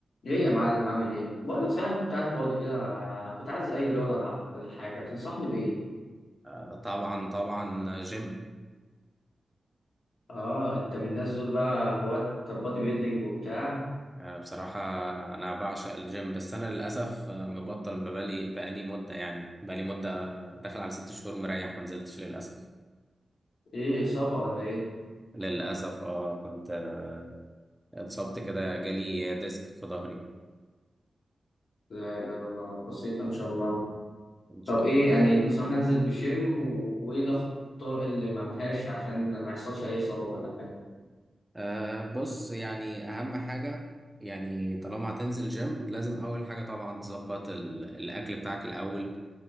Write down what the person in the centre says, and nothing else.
آه، طبعا طبعا جيم
آه، بصراحة أنا بعشق الجيم بس أنا للأسف آه، مبطل بقالي بقالي مدة يعني بقالي مدة داخل على ست شهور مريح ما نزلتش للأسف
للأسف اه كنت آه، اتصبت كده جالي ديسك في ظهري
إن شاء
الله
أه بص يعني أهم حاجة يعني طالما هتنزل جيم لازم أول حاجة طبعا تظبط ال- الأكل بتاعك الأول